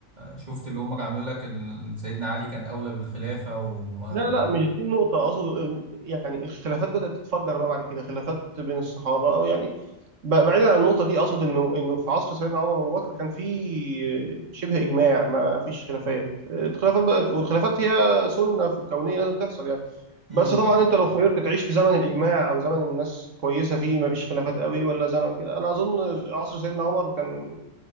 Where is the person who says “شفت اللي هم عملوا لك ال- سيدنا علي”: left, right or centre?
Right